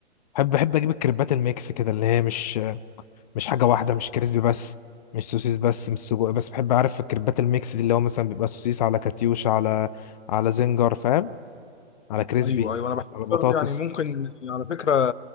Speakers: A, on the left; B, on the left.
A: بحب بحب اجيب الكريبات الميكس كده اللي هي مش مش حاجه واحده مش كريسبي بس مش سوسيس بس مش سجق بس بحب اعرف الكريبات الميكس دي اللي هو مثلا بيبقى سوسيس على كاتيوش على على زنجر فاهم على كريسبي
B: ايوه ايوه انا بحب
A: على بطاطس
B: برضه يعني ممكن على فكره